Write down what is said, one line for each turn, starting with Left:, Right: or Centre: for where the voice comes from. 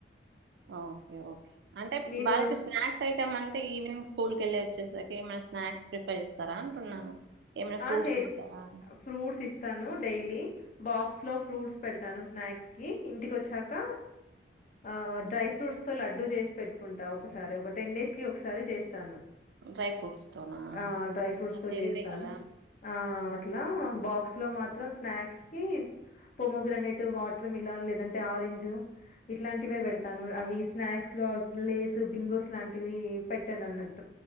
Right: ఓకే ఓకే అంటే
Left: మీరు
Right: బాలకృష్ణ సైతామాన్ అంటే ఈవినింగ్ స్కూల్ కి వెళ్ళి వచ్చేసారికి ఏమైనా స్నాక్ ప్రిపేర్ చేస్తారా అంటున్నాను ఏమైనా
Left: ఆ
Right: ఫ్రూట్స్
Left: చే
Right: ఇస్తారా
Left: ఫ్రూట్స్ ఇస్తాను డైలీ బాక్స్ లో ఫ్రూట్స్ పెడతాను స్నాక్స్ కి ఇంటికి వచ్చాక ఆ డ్రై ఫ్రూట్స్ తో లడ్డుూ చేసి పెట్టుకుంటా ఒకసారి ఒక టెన్ డేస్ కి ఒకసారి చేస్తాను
Right: డ్రై ఫ్రూట్స్ తోనా
Left: ఆ డ్రై ఫ్రూట్స్
Right: అది
Left: తో
Right: హెల్దీ
Left: చేస్తాను
Right: కదా
Left: ఆ అట్లా బాక్స్ లో మాత్రం స్నాక్స్ కి పోమోగ్రానేట్ వాటర్ మిలన్ లేదంటే ఆరెంజ్ ఇట్లాంటివే పెడతాను అవి స్నాక్స్ లో లేస్ బింగోస్ లాంటివి పెట్టాను అన్నట్టు